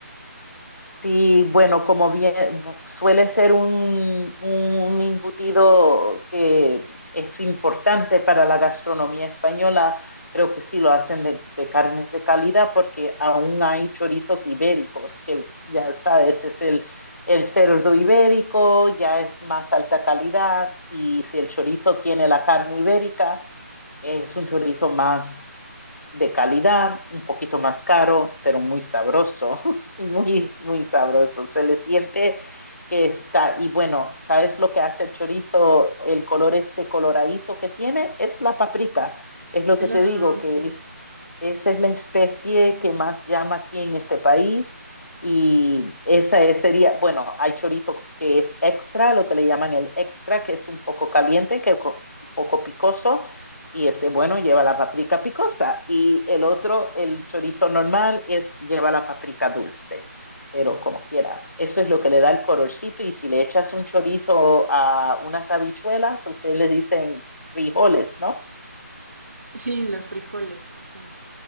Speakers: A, on the left; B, on the right.
A: sí, bueno, como bien bu- suele ser un, un embutido que es importante para la gastronomía española, creo que sí lo hacen de, de carnes de calidad porque aún hay chorizos ibéricos, que ya sabes, es el, el cerdo ibérico, ya es más alta calidad y si el chorizo tiene la carne ibérica. Es un chorizo más de calidad, un poquito más caro, pero muy sabroso, <laughs> muy, muy sabroso. Se le siente que está, y bueno, ¿sabes lo que hace el chorizo? El color este coloradito que tiene es la paprika. Es lo
B: El-
A: que te digo,
B: ah, ok.
A: que es, esa es la especie que más llama aquí en este país. Y esa es- sería, bueno, hay chorizo que es extra, lo que le llaman el extra, que es un poco caliente, que co- un poco picoso y ese bueno lleva la paprika picosa y el otro, el chorizo normal, es lleva la paprika dulce. Pero como quiera, eso es lo que le da el colorcito y si le echas un chorizo a unas habichuelas, ustedes le dicen frijoles, ¿no?
B: Sí, los frijoles. ajá.